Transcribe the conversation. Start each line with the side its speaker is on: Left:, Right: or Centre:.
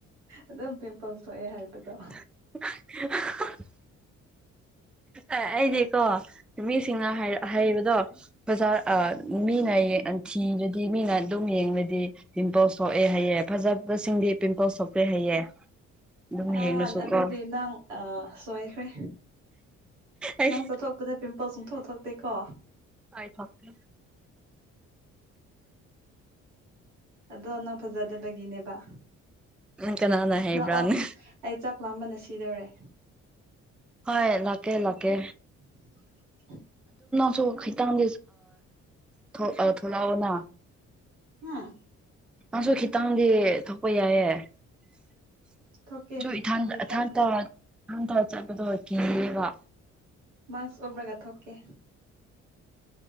Right: ꯑꯗꯨꯝ ꯄꯤꯝꯄꯜ ꯊꯣꯛꯑꯦ ꯍꯥꯏꯕꯗꯣ
Centre: <unintelligible> ꯑꯦ ꯑꯩꯗꯤꯀꯣ ꯃꯤꯁꯤꯡꯅ ꯍꯥꯏꯕꯗꯣ ꯕꯖꯥꯔ ꯑꯥ ꯃꯤꯅ ꯌꯦꯡ ꯊꯤꯔꯗꯤ ꯃꯤꯅ ꯑꯗꯨꯝ ꯌꯦꯡꯕꯗꯤ ꯄꯤꯝꯄꯜꯁ ꯊꯣꯛꯑꯦ ꯍꯥꯏꯌꯦ ꯐꯖꯕꯁꯤꯡꯗꯤ ꯄꯤꯝꯄꯜꯁ ꯊꯣꯛꯇꯦ ꯍꯥꯏꯌꯦ ꯑꯗꯨꯝ ꯌꯦꯡꯂꯁꯨ
Right: ꯑꯥ ꯑꯗꯨꯗꯤ
Centre: ꯀꯣ
Right: ꯅꯪ ꯑꯥ ꯁꯣꯏꯈ꯭ꯔꯦ
Centre: ꯑꯩ
Right: ꯅꯪ ꯆꯠꯊꯣꯛꯄꯗ ꯄꯤꯝꯄꯜ ꯁꯨꯡꯊꯣꯛ ꯊꯣꯛꯇꯦꯀꯣ
Centre: ꯑꯥꯏ ꯊꯣꯛꯇꯦ
Right: ꯑꯗꯣ ꯅꯪ ꯐꯖꯗꯕꯒꯤꯅꯦꯕ
Centre: ꯅꯪ ꯀꯅꯥꯅ ꯍꯩꯕ꯭ꯔꯥꯅꯦ
Right: ꯍꯂꯥꯛꯑꯣ ꯑꯩ ꯆꯥꯛ ꯂꯥꯝꯕꯅ ꯁꯤꯗꯧꯔꯦ
Centre: ꯍꯣꯏ ꯂꯥꯛꯀꯦ ꯂꯥꯛꯀꯦ
Right: <inaudible>
Centre: ꯆꯣ ꯈꯤꯇꯪꯗꯤ ꯊꯣꯛꯂꯛꯑꯣꯅ
Right: ꯍꯨꯝ
Centre: ꯃꯥꯁꯨ ꯈꯤꯇꯪꯗꯤ ꯊꯣꯛꯄ ꯌꯥꯏꯌꯦ ꯑꯩꯁꯨ
Right: ꯊꯣꯛꯀꯦ
Centre: ꯏꯊ
Right: ꯒꯦꯠꯇ
Centre: ꯏꯊꯥꯡꯊ ꯊꯊꯥꯡꯊꯥ ꯆꯠꯄꯗꯣ ꯀꯤꯑꯦꯕ
Right: ꯃꯥꯛꯁ ꯑꯨꯞꯕ꯭ꯔꯥꯒ ꯊꯣꯛꯀꯦ